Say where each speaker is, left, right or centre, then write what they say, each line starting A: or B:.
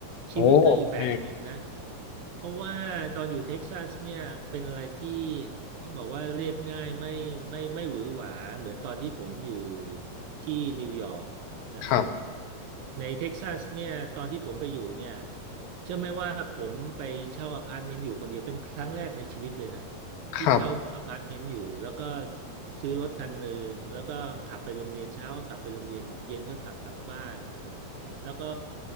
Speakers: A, on the right; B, on the left.
A: ชีวิตก็อีกแบบหนึ่งนะ
B: โอ้โอเค
A: เพราะว่าตอนอยู่เท็กซัสเนี่ยเป็นอะไรที่ต้องบอกว่าเรียบง่ายไม่ไม่ไม่หวือหวาเหมือนตอนที่ผมอยู่ที่นิวยอร์กนะครับ
B: ครับ
A: ในเท็กซัสเนี่ยตอนที่ผมไปอยู่เนี่ยเชื่อไหมว่าผมไปเช่าอพาร์ตเมนต์อยู่คนเดียวเป็นครั้งแรกในชีวิตเลยนะ ที่เช่าอพาร์ตเมนต์อยู่แล้วก็
B: ครับ
A: ซื้อรถคันหนึ่งแล้วก็ขับไปโรงเรียนเช้าก็ขับไปโรงเรียนเย็นก็ขับกลับบ้านแล้วก็